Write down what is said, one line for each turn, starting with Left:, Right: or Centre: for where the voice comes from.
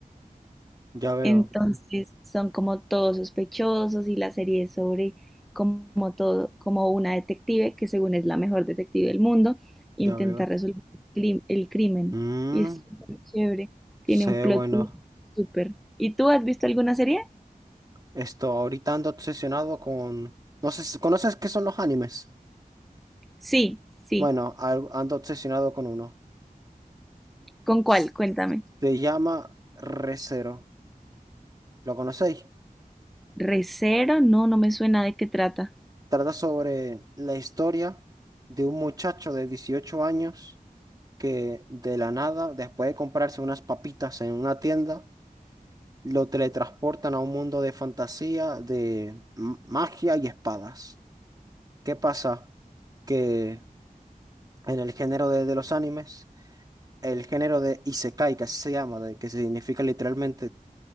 Right: Ya veo,
Centre: Entonces son como todos sospechosos y la serie es sobre como todo, como una detective que según es la mejor detective del mundo,
Right: ya
Centre: intenta
Right: veo.
Centre: resolver el crim- el crimen.
Right: Mm,
Centre: Y es súper chévere, tiene
Right: sé,
Centre: un plot
Right: bueno,
Centre: twist súper. ¿Y tú has visto alguna serie?
Right: esto, ahorita ando obsesionado con... No sé, si- ¿conoces qué son los animes?
Centre: Sí, sí.
Right: Bueno, al- ando obsesionado con uno.
Centre: ¿Con
Right: S-
Centre: cuál? Cuéntame.
Right: Se llama Re:Zero. ¿Lo conocéis?
Centre: Recero, no, no me suena de qué trata.
Right: Trata sobre la historia de un muchacho de 18 años que de la nada, después de comprarse unas papitas en una tienda, lo teletransportan a un mundo de fantasía, de m- magia y espadas. ¿Qué pasa? Que en el género de, de los animes, el género de Isekai, que así se llama, de, que significa literalmente